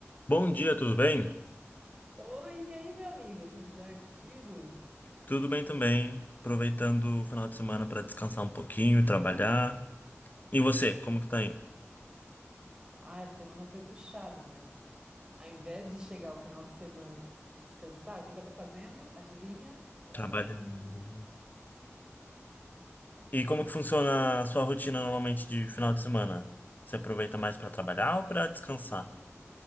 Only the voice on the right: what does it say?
Oi, e aí, meu amigo, tudo jóia contigo?
Ah, a semana foi puxada, mas ao invés de chegar o final de semana e descansar, o que que eu tô fazendo? Adivinha? Trabalhando.